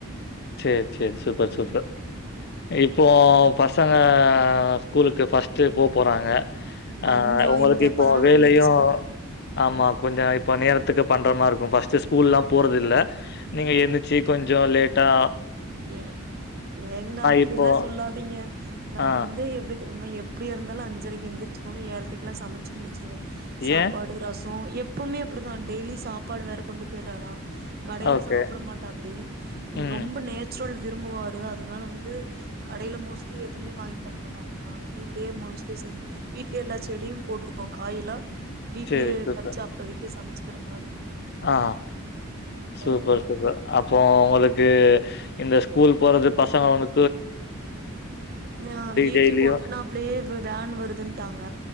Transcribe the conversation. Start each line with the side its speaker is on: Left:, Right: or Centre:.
Left: ச்சேரி ச்சேரி சூப்பர்
Right: ம்
Left: சூப்பர் இப்போ பசங்க ஸ்கூலுக்கு ஃபர்ஸ்ட்டு போ போறாங்க ஆ
Right: இந்த
Left: உங்களுக்கு
Right: இந்த
Left: இப்போ
Right: பதினொன்னாந்
Left: வேலையு
Right: தேதி ஸ்கூலு
Left: ஆமா கொஞ்ச இப்ப நேர இதுக்கு பண்றமாரி இருக்கு ஃபஸ்ட் ஸ்கூல் எல்லா போறதில்லை நீங்க எந்துரிச்சு கொஞ்ச லேட் டா
Right: ஏ ஏங்னா அப்படிலா
Left: இப்போ
Right: சொல்லாதீங்க நா
Left: ஆ
Right: வந்து எப்படி தெரியுமா எப்புடியா இருந்தாலு அஞ்சரைக்கு எந்துரிச்சரோனு ஏழ்ரைக்கலா சமைச்சு முடிச்சுடுவே சாப்பாடு
Left: ஏன்?
Right: ரச ஓ எப்பவுமே அப்படிதா டெய்லி சாப்பாடு வேற கொண்டு போயிடறாரா கடையில
Left: ஓகே.
Right: சாப்பிட மாட்டாப்படி
Left: ம்.
Right: ரொம்ப நே ல் விரும்புவாரு அதனால வந்து கடையில மோஸ்ட்லி எதுமே வாங்கி தரமாட்டாங்க நாங்க வீட்லயே மோஸ்ட்லி செஞ் வீட்லே எல்லா செடியு போட்டிருக்கோ காயல்லா வீட்லயே
Left: சரி சூப்பர்.
Right: பறிச்சு அப்போதைக்கே சமைச்சு இருக்கற மாரி
Left: ஆ சூப்பர்
Right: ஆ
Left: சூப்பர் அப்போ உங்களுக்கு கு இந்த ஸ்கூல் போறது பசங்க வந்து
Right: ஆஹ் வீட்டுக்கு
Left: டெய்லியும்
Right: ஒட்னாப்லயே இ வேன் வருதுன்ட்டாங்க